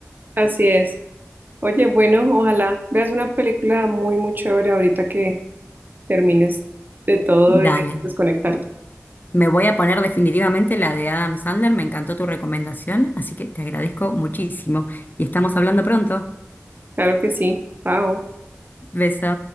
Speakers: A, on the right (about 40°); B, on the left (about 40°).
A: Así es. Oye, bueno, ojalá veas una película muy, muy chévere ahorita que termines de todo
B: Dale.
A: y de desconectarte.
B: Me voy a poner definitivamente la de Adam Sandler. Me encantó tu recomendación, así que te agradezco muchísimo. Y estamos hablando pronto.
A: Claro que sí. Chao.
B: Beso.